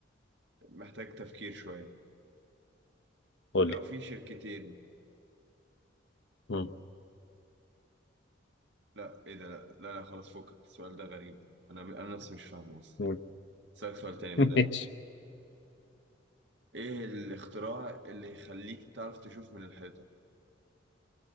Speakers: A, on the right; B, on the left.
A: محتاج تفكير شويه
B: قول
A: لو
B: لي
A: في شركتين
B: مم.
A: لا ايه ده لا لا لا خلاص فكك السؤال ده غريب انا انا نفسي مش فاهمه اصلا
B: مم.
A: اسالك سؤال تاني بدل
B: <laughs> ماشي
A: ايه الاختراع اللي يخليك تعرف تشوف من الحيطه